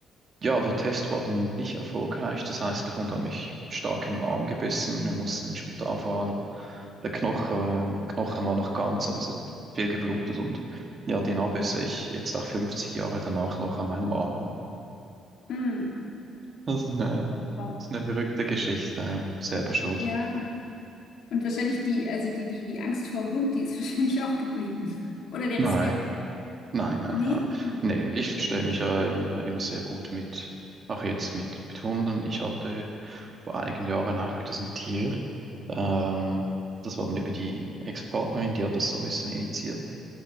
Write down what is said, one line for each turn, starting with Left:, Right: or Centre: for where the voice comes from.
Right: ja, der Test war dann nicht erfolgreich. Das heißt, der Hund hat mich stark in den Arm gebissen. Wir mussten ins Spital fahren. Der Knochen, Knochen war noch ganz, aber es hat viel geblutet und ja, die Narbe sehe ich jetzt auch 50 Jahre danach noch an meinem Arm.
Left: Mm.
Right: Das ist eine,
Left: Wow.
Right: das ist eine verrückte Geschichte. ja. Selber schuld.
Left: Ja. Und wahrscheinlich die, also die, die, die Angst vor dem Hund, die ist <laughs> wahrscheinlich auch geblieben. Oder der
Right: Nein,
Left: Respekt.
Right: nein, nein,
Left: Nee?
Right: nein. nein.
Left: Hm.
Right: Nee, ich
Left: Okay.
Right: verstehe mich ja immer, immer sehr gut mit, auch jetzt mit, mit Hunden. Ich hatte vor einigen Jahren auch wieder so ein Tier. Ähm, das war dann über die Ex-Partnerin, die hat das so ein bisschen initiiert.